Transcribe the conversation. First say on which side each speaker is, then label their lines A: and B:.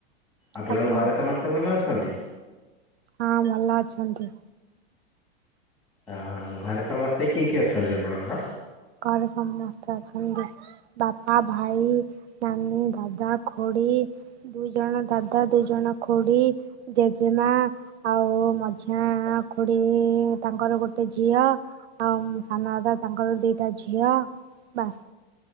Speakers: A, in the centre; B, on the right.
A: ଆପଣଙ୍କ
B: ଆଜ୍ଞା
A: ଘରେ ସମସ୍ତେ ଭଲ ଅଛନ୍ତି?
B: ହଁ ଭଲ ଅଛନ୍ତି।
A: ଓହ, ଘରେ ସମସ୍ତେ କିଏ କିଏ ଅଛନ୍ତି ଆପଣଙ୍କର?
B: ଘରେ ସମସ୍ତେ ଅଛନ୍ତି। ବାପା, ଭାଇ, ନାନୀ, ଦାଦା, ଖୁଡ଼ି। ଦୁଇ ଜଣ ଦାଦା, ଦୁଇ ଜଣ ଖୁଡି, ଜେଜେମା। ଆଉ ମଝିଆଁ ଖୁଡି ତାଙ୍କର ଗୋଟେ ଝିଅ। ଆଉ ମ୍ ସାନଦାଦା ତାଙ୍କର ଦିଇଟା ଝିଅ, ବାସ୍।